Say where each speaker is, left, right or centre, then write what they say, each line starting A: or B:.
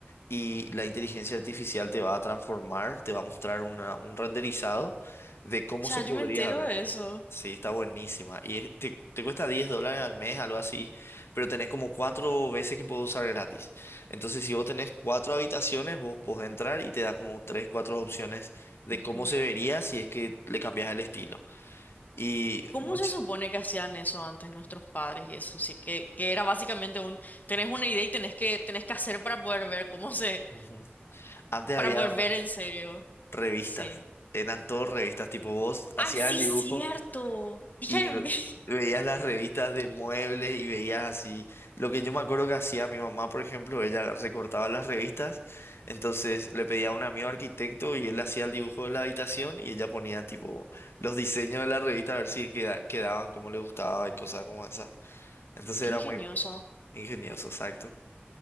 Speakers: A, on the left (about 85°); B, on the left (about 45°).
A: y la inteligencia artificial te va a transformar, te va a mostrar una- un renderizado de cómo
B: Cha,
A: se podría
B: yo me entero
A: ver.
B: de eso.
A: Sí, está buenísima. Y es- te, te cuesta 10 dólares al mes, algo así, pero tenés como cuatro veces que puedes usar gratis. Entonces, si vos tenés cuatro habitaciones, vos podés entrar y te da como tres, cuatro opciones de
B: Ujú.
A: cómo se vería si es que le cambias el estilo. Y
B: ¿Cómo
A: much-
B: se supone que hacían eso antes nuestros padres y eso? Sí, que, que era básicamente un, tenés una idea y tenés que, tenés que hacer para poder ver cómo se,
A: Ujú. antes
B: para
A: había
B: poder
A: re-
B: ver en serio.
A: revistas,
B: Sí.
A: eran todas revistas, tipo vos hacías
B: Ay, sí,
A: el dibujo.
B: cierto. Hija
A: Y
B: de mí.
A: veías las revistas de muebles y veías así. Lo que yo me acuerdo que hacía mi mamá, por ejemplo, ella recortaba las revistas, entonces le pedía a un amigo arquitecto y él hacía el dibujo de la habitación y ella ponía tipo los diseños de la revista a ver si queda- quedaban como le gustaba y cosas como esa. Entonces
B: Qué
A: era
B: ingenioso.
A: muy ingenioso, exacto.